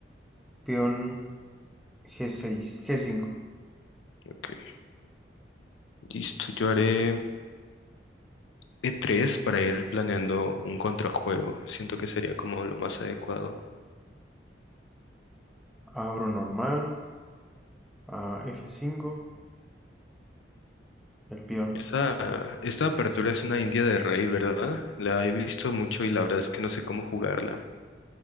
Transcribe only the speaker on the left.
Ok. Listo. Yo haré e tres para ir planeando un contrajuego. Siento que sería como lo más adecuado.
Esta, esta apertura es una india de rey, ¿verdad? La he visto mucho y la verdad es que no sé cómo jugarla.